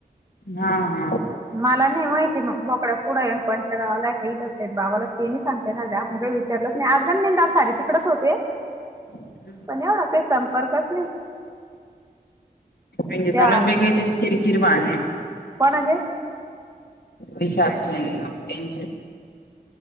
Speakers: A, on the left; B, on the right.
A: हा हा
B: मला नाही माहिती मग बोकड्या पुढं आणि कोणच्या गावाला काहीेत असत बाबाला ते नाही सांगते ना मु नाही आजगण नेंदा सार तिकडच होते.
A: म्हणजे
B: पण एवढा काही संपर्कच नाही
A: म्हणजे चालूच
B: त्या
A: काही किर खिर बांधण
B: कोणज
A: हिशाबचे आणि आम टन